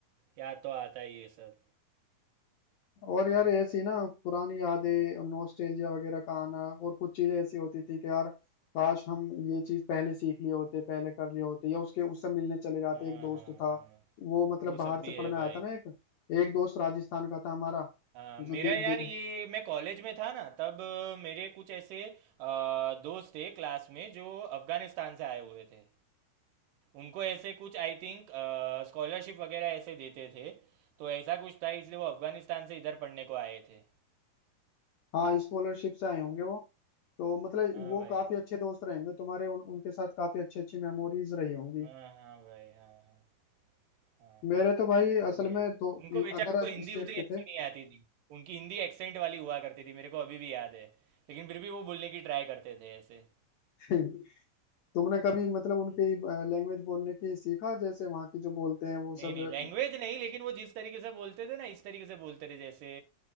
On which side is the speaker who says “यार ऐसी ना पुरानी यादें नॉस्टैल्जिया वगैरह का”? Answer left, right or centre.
Left